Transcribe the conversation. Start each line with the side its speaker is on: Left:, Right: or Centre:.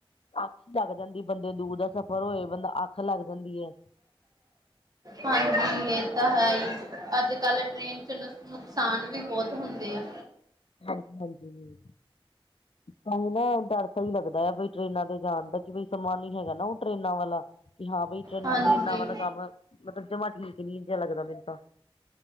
Left: ਅੱਖ ਲੱਗ ਜਾਂਦੀ ਬੰਦੇ ਦੂਰ ਦਾ ਸਫ਼ਰ ਹੋਏ, ਬੰਦਾ ਅੱਖ ਲੱਗ ਜਾਂਦੀ ਹੈ।
Right: ਹਾਂਜੀ ਇਹ ਤਾਂ ਹੈ ਹੀ, ਅੱਜ-ਕੱਲ ਟ੍ਰੇਨ ਨੁਕਸਾਨ ਵੀ ਬਹੁਤ ਹੁੰਦੇ ਆ।
Left: ਹਾਂ, ਹਾਂਜੀ। ਤਾਂ ਹੀ ਨਾ, ਡਰ ਤਾਹੀ ਲੱਗਦਾ ਆ ਬਈ ਟਰੇਨਾਂ ਤੇ ਜਾਣ ਦਾ, ਕਿ ਬਈ ਸਮਾ ਨੀ ਹੈਗਾ, ਨਾ ਉਹ ਟ੍ਰੇਨਾਂ ਵਾਲਾ। ਕਿ ਹਾਂ ਬਈ, ਚਲ
Right: ਹਾਂਜੀ।
Left: ਟ੍ਰੇਨਾਂ ਵਾਲਾ ਕੰਮ, ਮਤਲਬ ਜਮਾ ਠੀਕ ਹੀ ਨਹੀਂ ਜਾ ਲੱਗਦਾ ਮੇਨ ਤਾਂ।